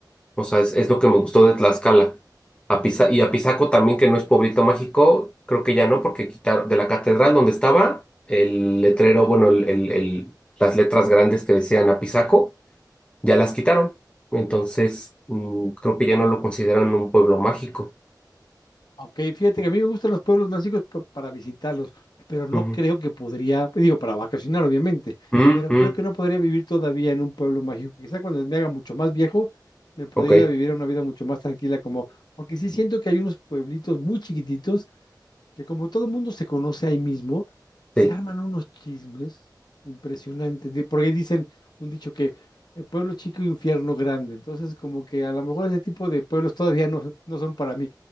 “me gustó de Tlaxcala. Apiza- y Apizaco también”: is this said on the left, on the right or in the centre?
Left